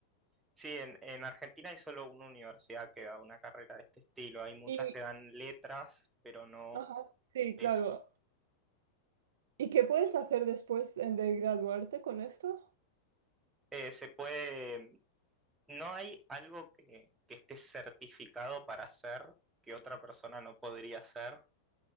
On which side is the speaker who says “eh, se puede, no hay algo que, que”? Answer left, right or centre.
Right